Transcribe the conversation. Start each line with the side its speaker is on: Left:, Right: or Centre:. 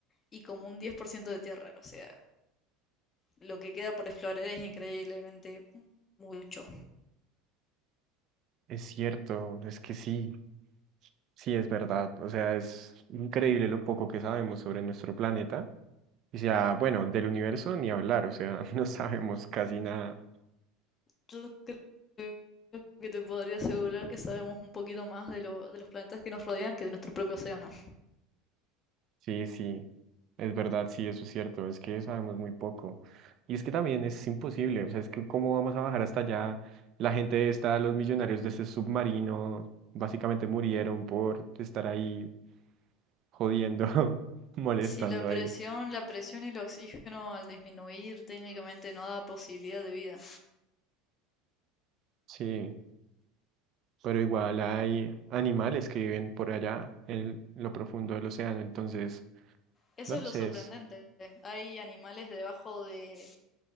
Left: y como un 10% de tierra. O sea, lo que queda por explorar es increíblemente mucho.
Right: es cierto, es que sí, sí es verdad. O sea, es increíble lo poco que sabemos sobre nuestro planeta. Y sea, bueno, del universo ni hablar, o sea, <laughs> no sabemos casi nada.
Left: Yo creo que te podría asegurar que sabemos un poquito más de, lo- de los planetas que nos rodean que de nuestro propio océano.
Right: Sí, sí, es verdad, sí, eso es cierto, es que sabemos muy poco. Y es que también es imposible, o sea, es que cómo vamos a bajar hasta allá. La gente está, los millonarios de ese submarino, básicamente murieron por estar ahí jodiendo, <laughs> molestando
Left: Si la presión,
Right: ahí.
Left: la presión y el oxígeno al disminuir técnicamente no da posibilidad de vida.
Right: Sí, pero igual hay animales que viven por allá, en lo profundo del océano, entonces,
Left: Eso
Right: no lo
Left: es lo
Right: sé,
Left: sorprendente.
Right: es-
Left: Hay animales debajo de